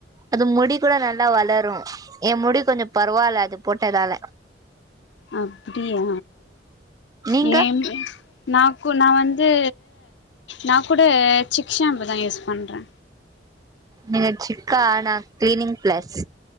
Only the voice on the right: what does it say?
அது முடி கூட நல்லா வளரு எ முடி கொஞ்ச பர்வால அது போட்டதால
நீங்க
நீங்க சிக்கா ஆனா கிளீனிங் பிளஸ்